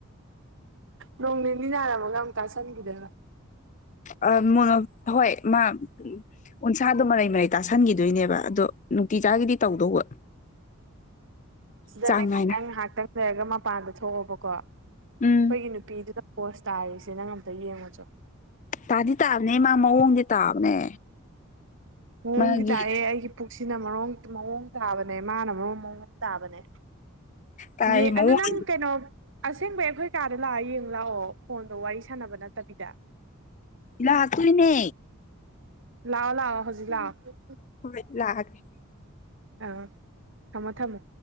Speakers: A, on the right; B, on the left.
A: ꯅꯣꯡ ꯅꯤꯅꯤ ꯅꯥꯔꯝꯃꯒ ꯑꯃꯨꯛ ꯇꯥꯁꯟꯈꯤꯗꫭꯏꯔꫭ
B: ꯑꯥ ꯃ ꯍꯣꯏ ꯃꯥ ꯎ <unintelligible> ꯏꯁꯥꯗꯣ ꯃꯔꯩ ꯃꯔꯩ ꯇꯥꯁꯟꯈꯤꯗꯣꯏꯅꯦꯕ ꯑꯗꯣ ꯅꯨꯡꯇꯤ ꯆꯥꯒꯤꯗꯤ ꯇꯧꯗꯧꯕ
A: ꯁꯤꯗꯅꯦꯀꯣ
B: ꯆꯥꯡ ꯅꯥꯏꯅ
A: ꯅꯪ ꯉꯥꯏꯍꯥꯛꯇꯪ ꯂꯩꯔꯒ ꯃꯄꯥꯟꯗ ꯊꯣꯛꯑꯣꯕꯀꯣ ꯑꯩꯈꯣꯏꯒꯤ
B: ꯎꯝ
A: ꯅꯨ ꯅꯨꯄꯤꯗꯨꯗ ꯄꯣꯁ ꯇꯥꯔꯤꯁꯦ ꯅꯪ ꯑꯝꯇ ꯌꯦꯡꯉꯨꯆꯣ
B: ꯇꯥꯗꯤ ꯇꯥꯕꯅꯦ ꯃꯥ ꯃꯑꯣꯡꯗꯤ ꯇꯥꯕꯅꯦ
A: ꯃꯑꯣꯡꯗꯤ
B: ꯃꯥꯒꯤ
A: ꯇꯥꯌ‌ꯦ ꯑꯩꯒꯤ ꯄꯨꯛꯁꯤꯅ ꯃꯔꯣꯡ ꯃꯑꯣꯡ ꯇꯥꯕꯅꯦ ꯃꯥꯅ ꯃ‌ꯑꫭꯡ ꯑꯃ ꯃꯑꯣꯡ ꯇꯥꯕꯅꯦ
B: ꯇꯥꯏ
A: ꯌꯦ
B: ꯃꯑꯣꯡ
A: ꯑꯗꯨ ꯅꯪ ꯀꯩꯅꯣ ꯑꯁꯦꯡꯕꯩ ꯑꯩꯈꯣꯏ ꯀꯥꯗ ꯂꯥꯛꯑ ꯌꯦꯡꯉꯨ ꯂꯥꯛꯑꯣ ꯐꯣꯟꯗ ꯋꯥꯔꯤ ꯁꯥꯟꯅꯕ ꯅꯠꯇꯕꯤꯗ
B: ꯂꯥꯛꯇꯣꯏꯅꯦ
A: ꯂꯥꯎꯑꯣ ꯂꯥꯎꯑꯣ ꯍꯧꯖꯤꯛ ꯂꯥꯎꯑꯣ
B: ꯍꯣꯏ ꯂꯥꯛꯑꯦꯒ‌ꯦ
A: ꯑꯧ ꯊꯝꯃꯣ ꯊꯝꯃꯣ